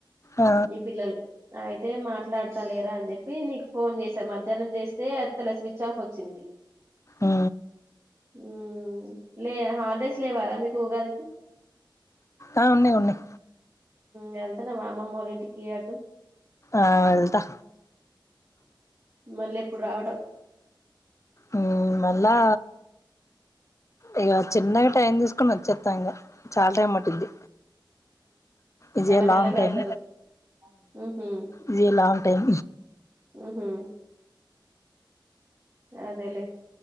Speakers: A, on the left (about 35°); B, on the right (about 35°).
A: ఆ
B: ఈ పిల్లలు అయితే మాట్లాడు చెప్తా లేరా అని చెప్పి నీకు ఫోన్ చేసా మధ్యాహ్నం చేస్తే ఎతలే స్విచ్ ఆఫ్ వచ్చింది.
A: ఉ
B: ఉ లే హాలిడేస్ లేవారా మీకు ఉగాదికి,
A: ఆ ఉన్నాయి, ఉన్నాయి.
B: వెళ్తన్నావా అమ్మమ్మ వాళ్ళ ఇంటికి అటు
A: ఆ వెళ్తా
B: మళ్ళీ ఎప్పుడు రావడం,
A: ఉ మళ్ళా ఇక చిన్నగా టైం తీసుకుని వచ్చేతా ఇగా చాలా టైం పట్టింది, ఇదే
B: ఎలాకెళ్ళకి
A: లాంగ్ టైం
B: వెళ్తారు ఉహు,
A: ఇదే లాంగ్ టైం.
B: ఉహు అదేలే